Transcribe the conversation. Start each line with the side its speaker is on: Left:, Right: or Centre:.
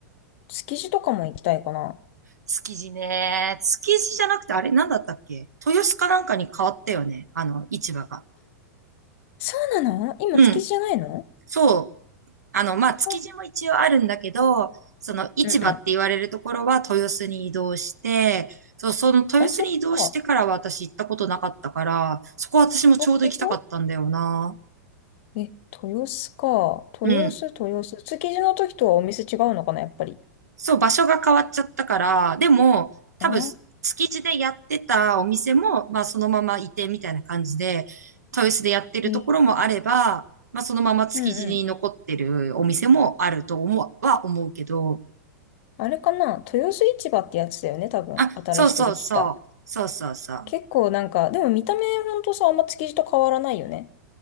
Left: 築地とかも行きたいかな。
Right: 築地ね。築地じゃなくて、あれ、なんだったっけ豊洲かなんかに変わったよね。あの、市場が。
Left: そうなの今、
Right: うん、
Left: 築地じゃないの
Right: そう。あの、まあ、築地も一応あるんだけど、
Left: あ、
Right: その市場って言われるところは豊洲に移動して、
Left: うんう
Right: そう、その豊洲に移動してからは私行ったことなかったから、
Left: ん。あ、そっか。
Right: そこ私もちょうど行きたかったんだよな。
Left: あ、本当え、豊洲か。豊洲、
Right: うん。
Left: 豊洲。築地の時とはお店違うのかな、やっぱり。
Right: そう、場所が変わっちゃったから、でも、多分、
Left: ああ、
Right: 築地でやってたお店も、まあ、そのまま移転みたいな感じで、豊洲でやってるところもあれば、
Left: えう
Right: まあ、そのまま築地に残ってるお店もあると思う、
Left: んうん。
Right: は思うけど、
Left: あれかな、豊洲市場ってやつだよね、多分。
Right: あ、
Left: 新しくできた。
Right: そうそうそう。そうそうそう。
Left: 結構なんか、でも見た目ほんとさ、あんま築地と変わらないよね。